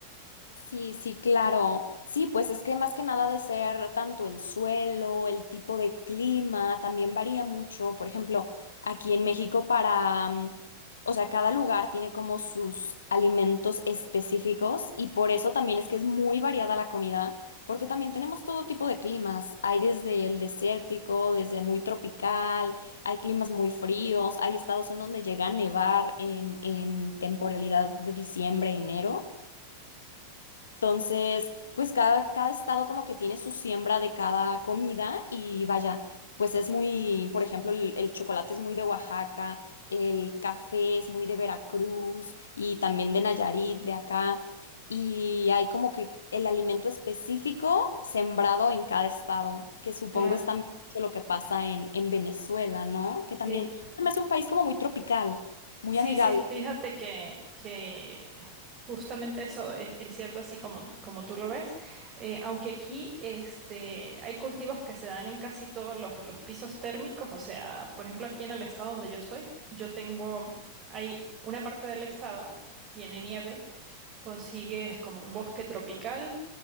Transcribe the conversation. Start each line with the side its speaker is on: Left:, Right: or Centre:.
Left: Sí, sí, claro. Sí, pues es que más que nada de ser tanto el suelo, el tipo de clima, también varía mucho. Por ejemplo, aquí en México para, mm, o sea, cada lugar tiene como sus alimentos específicos y por eso también es que es muy variada la comida, porque también tenemos todo tipo de climas. Hay desde el desértico, desde muy tropical, hay climas muy fríos, hay estados en donde llega a nevar en, en temporalidad de diciembre, enero. Entonces, pues cada, cada estado como que tiene su siembra de cada comida y vaya, pues es muy, por ejemplo, el, el chocolate es muy de Oaxaca, el café es muy de Veracruz y también de Nayarit, de acá. Y hay como que el alimento específico sembrado en cada estado, que supongo
Right: Claro.
Left: es también mucho lo que pasa en, en Venezuela, ¿no? Que también
Right: Sí,
Left: se me hace un país como muy tropical, muy
Right: sí,
Left: amigable.
Right: sí, fíjate que, que justamente eso es, es cierto así como, como tú lo ves. Eh, aunque aquí este, hay cultivos que se dan en casi todos los, los pisos térmicos, o sea, por ejemplo, aquí en el estado donde yo estoy, yo tengo, hay una parte del estado, tiene nieve consigues como un bosque tropical